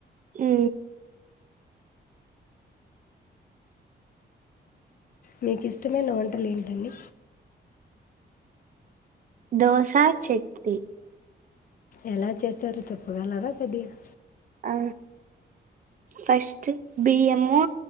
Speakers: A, on the right; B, on the left.
A: ఉ
B: మీకు ఇష్టమైనా వం వంటలు ఏంటండీ.
A: దోశా, చెట్నీ
B: ఎలా చేస్తారు. చెప్పగలరా కొద్ది గా
A: ఆ ఫస్ట్ బియ్యము